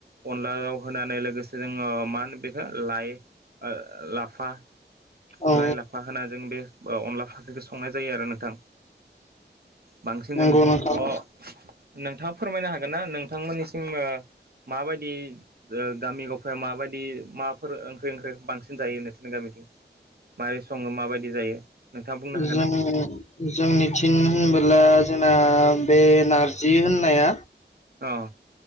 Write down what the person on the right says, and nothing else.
अनला आव होनानै लोगोसे जोङो मा होनो बेखौ लाय ओ लाफा
लाय लाफा होनानै जों बे अनला फाख्रिखौ संनाय जायो आरो नोंथां। बांसिन
जोंनिथिं अ
नोंथाङा फोरमायनो हागोन ना नों नोंथांमोनिसिम ओ माबायदि ओ गामि गफायाव माबायदि माबाफोर ओंख्रि ओंख्रि बांसिन जायो नोंसिनि गामि मारै सङो माबादि जायो? नोंथाङा बुंनो हागोन
ना
औ।